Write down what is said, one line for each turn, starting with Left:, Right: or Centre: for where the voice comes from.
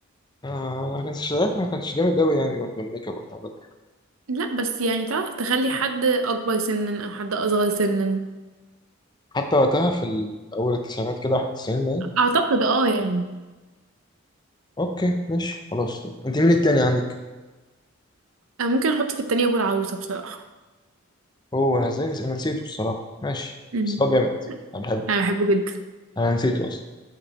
Left: آه ما كانش ساعتها ما كانش جامد أوي يعني برضه الميك اب والحوارات دي.
Right: لا بس يعني تعرف تخلي حد اكبر سنا او حد اصغر سنا
Left: حتى وقتها في ال- أول التسعينات كده 91 باين
Right: اعتقد اه يعني
Left: أوكي ماشي خلاص طب. أنت مين التاني عندك؟
Right: أنا ممكن احط في التانية ابو العروسة بصراحة
Left: هو أنا ازاي نس- أنا نسيته الصراحة ماشي
Right: امم
Left: بس هو جامد أنا بحبه
Right: انا بحبه جدا
Left: أنا نسيته أصلا